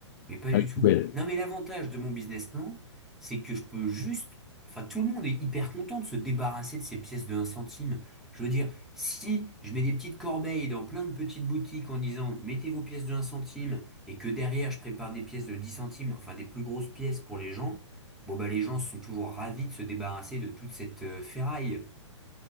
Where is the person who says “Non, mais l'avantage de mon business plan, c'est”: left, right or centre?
Centre